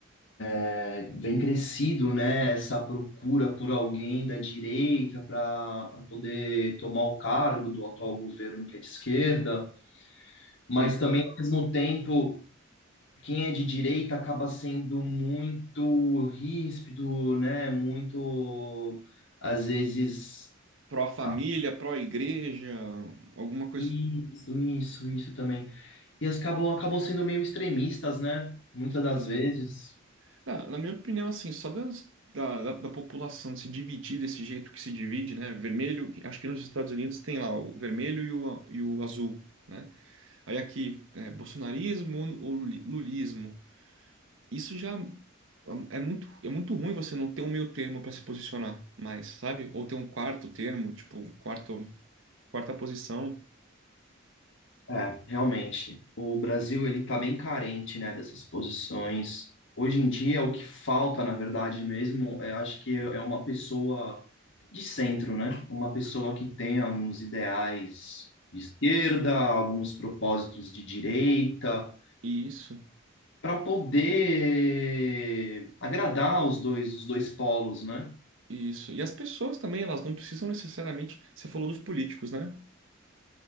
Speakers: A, on the left; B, on the right.
A: eh, vem crescido, né, essa procura por alguém da direita para poder tomar o cargo do atual governo que é de esquerda, mas
B: sim.
A: também ao mesmo tempo quem é de direita acaba sendo muito ríspido, né? Muito, às vezes,
B: Pró-família,
A: a-
B: pró-igreja, alguma coisa.
A: isso, isso, isso também. E as acabam, acabam sendo meio extremistas, né? Muitas
B: assim.
A: das vezes,
B: Na, na minha opinião, assim, só das- da, da, da população se dividir desse jeito que se divide, né? Vermelho, acho que nos Estados Unidos tem lá o vermelho e o, a- e o azul, né? Aí aqui, é, bolsonarismo ou luli- lulismo. Isso já. É muito, é muito ruim você não ter um meio termo para se posicionar mais, sabe? Ou ter um quarto termo, tipo, um quarto, quarta posição.
A: é, realmente. O Brasil, ele tá bem carente, né, dessas posições. Hoje em dia, o que falta, na verdade mesmo, eu acho que é uma pessoa de centro, né? Uma pessoa que tem alguns ideais de esquerda, alguns propósitos de direita,
B: E isso,
A: para poder agradar os dois, os dois polos, né?
B: e isso. E as pessoas também, elas não precisam necessariamente. Você falou dos políticos, né?